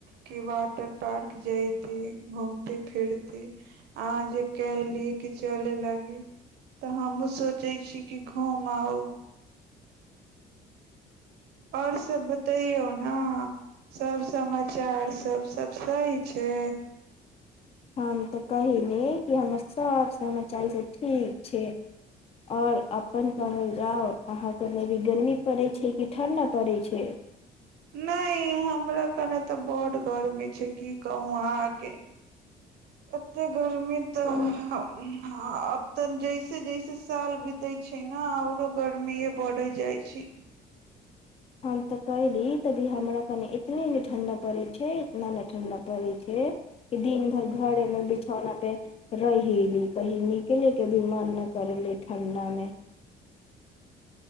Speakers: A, on the right; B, on the left.
A: की वाटर पार्क जेतीे घूमते फिरतीे अहाँ जे कहली कि चले लागी तऽ हमूँ सोचै छी कि घूम आउ आओर सब बतैयो न सब समाचार सब सब सही छै
B: हमाम तऽ कहि नी कि हमर सब समाचारी सभ ठीक छै आओर अपन कहल जाउ अहाँके एनि अभी गर्मी पड़ैत छै कि ठण्डा पड़ैत छै
A: नइ हमरा कने तऽ बड गर्मी छै की कहू अहाँ आगे एते गर्मी तऽ हम आब तऽ जैसे जैसे साल बीतै छै न आउरो गर्मीे बढ़ै जाइ छै छी
B: हम तऽ कयली तभी हमरा कनि इतने ने ठंढा पड़ैत छै इतना न ठण्ढा पड़ैत छै कि दिन भरि घरेमे बिछौना पे रहि ली कहि निकलेे के भी मान ना करली ठण्डा मे